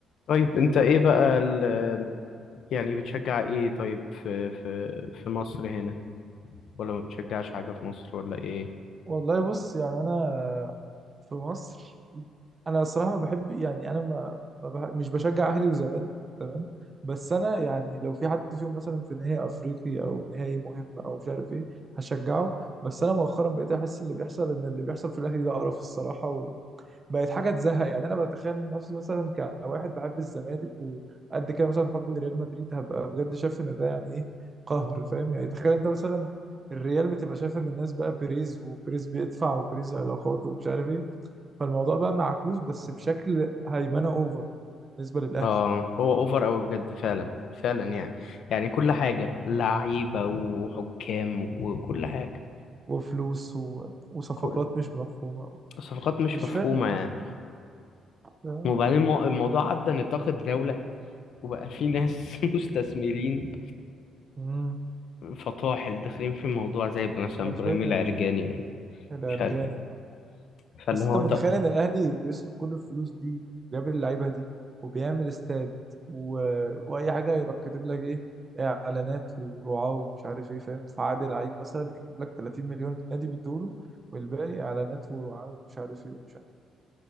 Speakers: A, on the left; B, on the right.
A: طيب انت ايه بقى ال- يعني بتشجع ايه طيب في في في مصر هنا ولا ما بتشجعش حاجة في مصر ولا ايه
B: والله بص يعني انا في مصر انا الصراحه ما بحب يعني انا ما, ما بح... مش بشجع اهلي وزمالك تمام بس انا يعني لو في حد فيهم مثلا في نهائي افريقي او نهائي مهم او مش عارف ايه هشجعه بس انا مؤخرا بقيت احس اللي بيحصل ان اللي بيحصل في الاهلي ده قرف الصراحه بقت حاجه تزهق يعني انا بتخيل نفسي مثلا كواحد بحب الزمالك وقد كده مثلا حب لريال مدريد هبقى بجد شايف ان ده يعني ايه قهر فاهم يعني تخيل انت مثلا الريال بتبقى شايف ان الناس بقى بيريز وبيريز بيدفع وبيريز علاقات ومش عارف ايه فالموضوع بقى معكوس بس بشكل هيمنه اوفر بالنسبه للاهلي
A: اه هو اوفر اوي بجد فعلا فعلا يعني يعني كل حاجة لعيبة وحكام وكل حاجة
B: وفلوس و... وصفقات
A: كل
B: مش مفهومه
A: صفقات مش
B: مش
A: مفهومة
B: فاهم
A: يعني
B: آه.
A: وبعدين المو- الموضوع عدى نطاق الدولة وبقى في ناس <laughs> مستثمرين
B: مم.
A: فطاحل داخلين في الموضوع زي مثلا
B: حرفيا
A: ابراهيم العرجاني ولا
B: الارجان
A: مش عارف ايه فاللي
B: بس
A: هو
B: انت متخيل
A: طب
B: ان الاهلي بيصرف كل الفلوس دي بيقابل اللعيبه دي وبيعمل استاد و... واي حاجه يروح كاتب لك ايه اعلانات ورعاه ومش عارف ايه فاهم فعادي لعيب مثلا يكتب لك 30 مليون النادي بيدوله والباقي اعلانات ورعاه ومش عارف ايه ومش عارف